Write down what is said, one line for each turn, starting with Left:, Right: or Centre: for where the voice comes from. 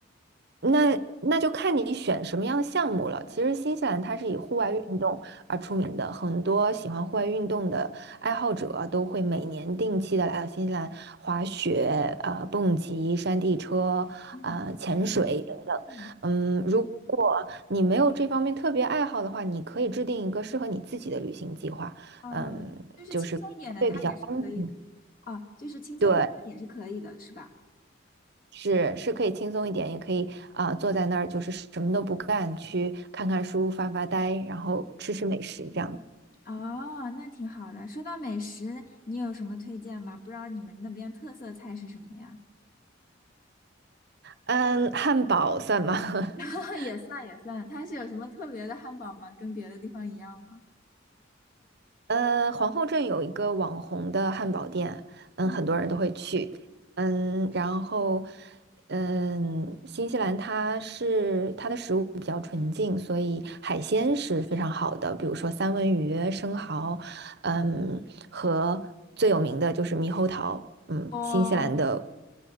Right: 那那就看你选什么样的项目了。其实新西兰它是以户外运动而出名的，很多喜欢户外运动的爱好者啊都会每年定期的来到新西兰滑雪、呃蹦极、山地车、
Left: 嗯
Right: 呃潜水等等。
Left: 嗯，
Right: 嗯，如果你没有这方面特别爱好的话，你可以制定一个适合你自己的旅行计划。
Left: 哦，
Right: 嗯，
Left: 就是轻松一点的，
Right: 就是会比较安全。
Left: 它也是可以的。哦，就是轻松一点的也是可以的，
Right: 对。
Left: 是吧？
Right: 是是可以轻松一点，也可以啊、呃坐在那儿就是什么都不干，去看看书、发发呆，然后吃吃美食这样。
Left: 哦，那挺好的。说到美食，你有什么推荐吗？不知道你们那边特色菜是什么呀？
Right: 嗯，汉堡算吗？
Left: <laughs>
Right: <laughs>
Left: 也算也算，它是有什么特别的汉堡吗？跟别的地方一样吗？
Right: 呃，皇后镇有一个网红的汉堡店，嗯，
Left: 嗯，
Right: 很多人都会去。嗯，然后嗯，新西兰它是它的食物比较纯净，所以海鲜是非常好的，比如说三文鱼、生蚝，嗯，和最有名的就是猕猴桃。嗯，
Left: 哦，
Right: 新西兰的